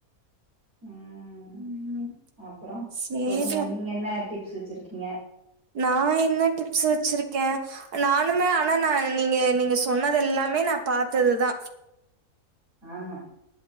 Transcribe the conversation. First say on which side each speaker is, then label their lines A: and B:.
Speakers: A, on the right; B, on the right.
A: ம்
B: ம்.
A: அப்புறோ
B: சரி
A: சொல்லுங்க நீங்க என்ன டிப்ஸூ வச்சிருக்கீங்க
B: நா என்ன டிப்ஸ் வச்சிருக்கே நானுமே ஆனா நா நீங்க நீங்க ஸ் சொன்னது எல்லாமே நா பாத்தது தா
A: ஆமா